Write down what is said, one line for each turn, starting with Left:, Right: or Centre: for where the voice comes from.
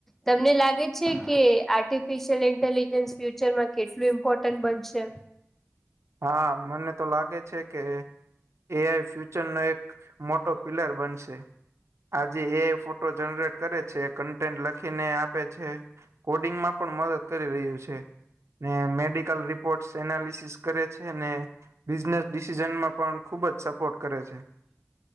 Centre: તમને લાગે છે કે, આર્ટિફિશિયલ ઇન્ટેલિજન્સ ફ્યુચરમાં કેટલું ઇમ્પોર્ટન્ટ બનશે.
Right: હા, મને તો લાગે છે કે, એ આઈ ફ્યુચરનો એક મોટો પિલર બનશે. આજે એ ફોટો જનરેટ કરે છે, કન્ટેન્ટ લખીને આપે છે. કોડિંગમાં પણ કરી રહ્યું છે, મેડિકલ રિપોર્ટ, એનાલિસિસ કરે છે, અને બિઝનેસ ડિસિઝનમાં પણ ખુબ જ સપોર્ટ કરે છે.